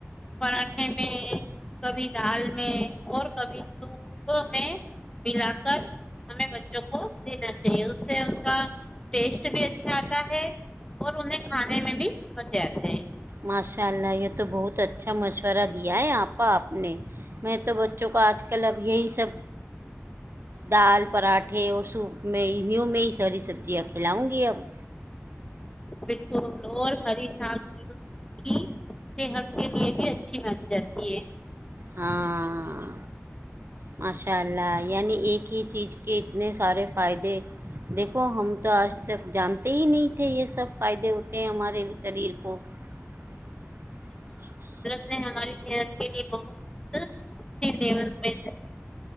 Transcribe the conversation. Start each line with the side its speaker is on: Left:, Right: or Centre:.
Left: پراٹھے میں <unintelligible> کبھی دال میں اور کبھی سوپ میں ملا کر ہمیں بچوں کو دینا چاہیے اس سے ان کا ٹیسٹ بھی اچھا آتا ہے اور انہیں کھانے میں بھی مزے آتے ہیں <inaudible>
Right: ماشاء اللہ یہ تو بہت اچھا مشورہ <unintelligible> د ہے آپ آپ نے میں تو بچوں کو آج کل اب یہی سب دال پراٹھے اور سوپ میں انہوں میں ہی ساری سبزیاں کھلاؤں گی اب <unintelligible>
Left: بالکل اور ہری ساگ کی صحت کے لیے بھی اچھی مانی جاتی ہے <unintelligible> ج <inaudible>
Right: ہاں ماشاء اللہ یعنی ایک ہی چیز کے اتنے سارے فائدے دیکھو ہم تو آج تک جانتے ہی نہیں تھے یہ سب فائدے ہوتے ہیں ہمارے شریر کو <unintelligible>
Left: نہیں ہماری صحت <inaudible> لی بہت س <inaudible> ب